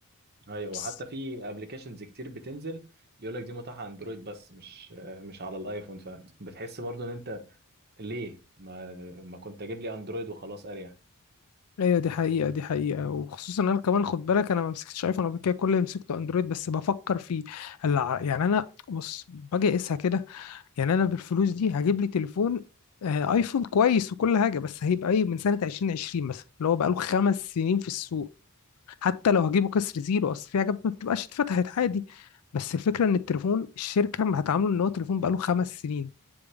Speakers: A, on the right; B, on the left.
A: ايوه
B: بس
A: وحتى في ابلكيشنز كتير بتنزل يقول لك دي متاحة اندرويد بس مش مش على الايفون فبتحس برضو ان انت ليه ما ما كنت اجيب لي اندرويد وخلاص اريح
B: ايوه دي حقيقة دي حقيقة وخصوصا انا كمان خد بالك انا ما مسكتش ايفون قبل كده كل اللي مسكته اندرويد بس بفكر فيه الع- يعني انا بص باجي اقيسها كده يعني انا بالفلوس دي هجيب لي تليفون آه، ايفون كويس وكل حاجة بس هيبقى ايه من سنة 2020 مثلا اللي هو بقاله خمس سنين في السوق حتى لو هجيبه كسر زيرو اصل في حاجات ما بتبقاش اتفتحت عادي بس الفكره ان التليفون الشركه ما هتعامله ان هو تليفون بقاله خمس سنين